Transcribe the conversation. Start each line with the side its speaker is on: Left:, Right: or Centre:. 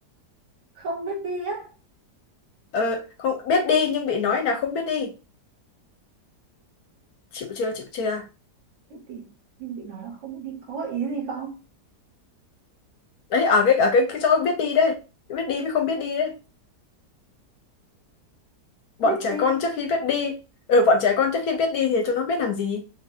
Right: không biết đi á
Left: ờ không biết đi nhưng bị nói là không biết đi chịu chưa chịu chưa
Right: biết đi nhưng bị nói là không biết đi có gợi ý gì không
Left: đấy ở cái ở cái cái chỗ biết đi đấy biết đi mới không biết đi đấy bọn
Right: biết
Left: trẻ
Right: đi
Left: con trước khi biết đi ờ bọn trẻ con trước khi biết đi thì chúng nó biết làm gì